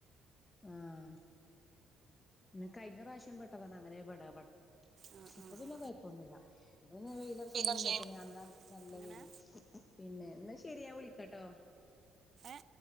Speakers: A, on the left; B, on the right.
A: ആഹ് ഇ കഴിഞ്ഞ പ്രാവശ്യം പെട്ടതാണ് അങ്ങനെ പടാ പടം
B: ആ
A: ഇപ്പൊ
B: ആ
A: പിന്ന
B: ആ
A: കുഴപ്പൊന്നുമല്ല ഇപ്പൊ പിന്ന വെയിലുറച്ചു
B: ആ.
A: കഴിയുന്ന മുന്നേ
B: ഷെയ്മ്
A: തന്ന അന്താ നല്ല
B: അങ്ങനെ
A: വെയിയില് പിന്നെ ശെരിയാ വിളിക്കാട്ടോ
B: ഏ